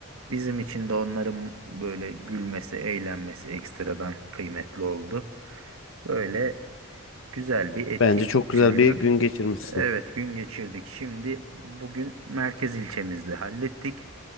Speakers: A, on the right; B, on the left.
A: Bizim için de onların böyle gülmesi, eğlenmesi ekstradan kıymetli oldu. Böyle güzel bir etkinlik
B: Bence çok güzel
A: gününü
B: bir gün geçirmişsin.
A: evet gün geçirdik. Şimdi bugün merkez ilçemizde hallettik.